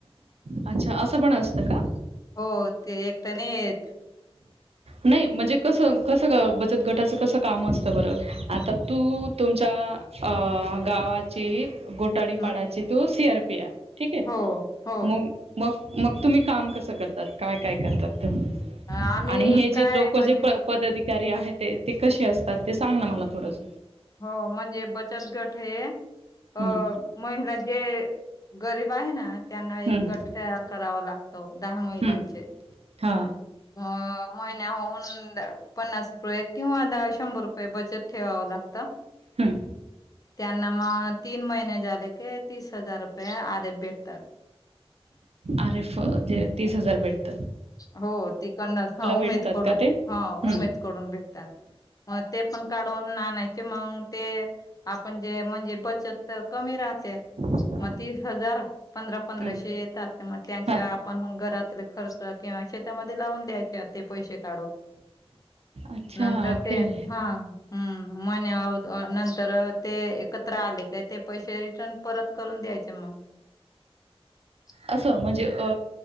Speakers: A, on the right (about 75°); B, on the left (about 35°).
A: अच्छा असं पण असतं का
B: हो ते एकट्या नाही येत
A: नाही म्हणजे कस कस बचत गटाच कसं काम असतं बरं आता तू तुमच्या अ गावाची गोटाडीपाडाची
B: हम्
A: तू सी आर पी आहे ठीक आहे
B: हो हो
A: मग मग मग तुम्ही काम कसं करतात काय काय करतात
B: आम्ही
A: आणि हे
B: काय
A: जे लोक
B: म्हणजे
A: जे प पद्धती <unintelligible> आहे ते ते कसे असतात ते सांग ना मला थोडंस
B: हो म्हणजे बचत गट हे अ
A: हम्म
B: महिला जे गरीब आहे ना त्यांना एक
A: हम्म
B: गट तयार करावा लागतो दहा महिलांचे.
A: हम्म हा
B: अ महिन्या होन पन्नास रुपये किंवा द शंभर रुपये बचत ठेवावं लागत,
A: हम्म
B: त्यांना मग तीन महिने झाले की तीस हजार रुपये आधे भेटतात.
A: अरेफे तीस हजार भेट
B: हो तिकडंनच ह उमेद
A: भेटतात
B: कडून
A: का ते
B: हा
A: हम्म
B: उमेद कडून भेटतात. मग ते पण काढून आणयचे मग ते आपण जे म्हणजे बचत तर कमी राहते.
A: हा
B: मग तीस हजार पंधरा पंधराशे
A: हम्म
B: येतात मग त्यांच्या
A: हा
B: आपण घरात खर्च किंवा शेतामध्ये लावून द्यायचे ते पैसे काढून.
A: अच्छा
B: नंतर
A: ओके
B: ते, हा हम्म <unintelligible> तर ते एकत्र आले का ते पैसे रिटर्न परत करून द्यायचे मग. <inaudible>
A: असं म्हणजे अ